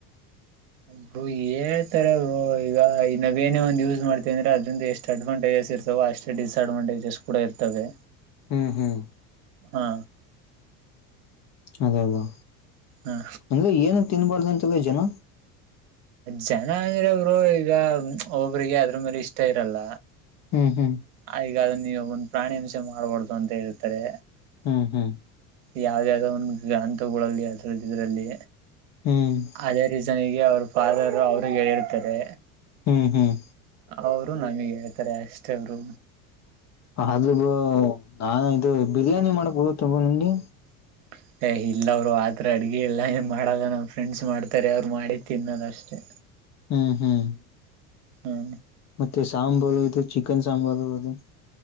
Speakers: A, on the right; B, on the left.
A: ಬ್ರೋ ಹೇಳ್ತಾರೆ ಬ್ರೋ ಈಗ ಈ ನಾವ ಏನೇ ಒಂದ್ ಯೂಸ್ ಮಾಡ್ತೇವಂದ್ರೆ ಅದ್ರಂದ ಎಷ್ಟು ಅಡ್ವಾಂಟೇಜ್ ಇರ್ತ ಅಷ್ಟೇ ಡಿಸ್ಅಡ್ವಾಂಟೇಜಸ್ ಕೂಡ ಇರ್ತವೆ
B: ಹ್ಮ್ ಹ್ಮ್
A: ಹಾ
B: ಅದೇ ಬ್ರೋ
A: ಹಾ
B: ಅಂದ್ರೆ ಏನ ತಿನ್ಬಾರ್ದು ಅಂತಲ್ಲ ಜನ
A: ಜನ ಅಂದ್ರೆ ಬ್ರೋ ಈಗ ಒಬ್ರಿಗೆ ಅದ್ರ ಮೇಲೆ ಇಷ್ಟ ಇರಲ್ಲ
B: ಹ್ಮ್ ಹ್ಮ್
A: ಆ ಈಗ ಅದನ್ನ ನೀವು ಒಂದ್ ಪ್ರಾಣಿ ಹಿಂಸೆ ಮಾಡ್ಬಾರ್ದು ಅಂತ ಹೇಳ್ತಾರೆ
B: ಹ್ಮ್ ಹ್ಮ್
A: ಯಾವ್ದ ಯಾವ್ದೋ ಒಂದು ಗಂತಗಳಲ್ಲಿ ಅದರಲ್ಲಿ ಇದ್ರಲ್ಲಿ
B: ಹ್ಮ್
A: ಅದೇ ರೀಸನ್ಗೆ ಅವ್ರ ಫಾದರ್ ಅವ್ರಿಗೆ ಹೇಳತಾರೆ
B: ಹ್ಮ್ ಹ್ಮ್
A: ಅವರು ನಮಗ್ ಹೇಳ್ತಾರೆ ಅಷ್ಟೇ ಬ್ರೋ
B: ಆದ್ರ ಬ್ರೋ ಆ ಇದು ಬಿರಿಯಾನಿ ಮಾಡಕ್ ಬರುತ್ತಾಲಾ ನಿಂಗೆ
A: <unintelligible> ಏ ಇಲ್ಲ ಬ್ರೋ ಆತ್ರರ ಅಡ್ಗೆ ಇಲ್ಲ ಏನ್ ಮಾಡಲ್ಲ ನಮ್ಮ್ ಫ್ರೆಂಡ್ಸ್ ಮಾಡ್ತಾರೆ ಅವ್ರು ಮಾಡಿದ ತಿನ್ನೋದಷ್ಟೇ
B: ಹ್ಮ್ ಹ್ಮ್
A: ಹ್ಮ
B: ಮತ್ತೆ ಸಾಂಬಾರು ಇದು ಚಿಕನ್ ಸಾಂಬಾರು ಅದು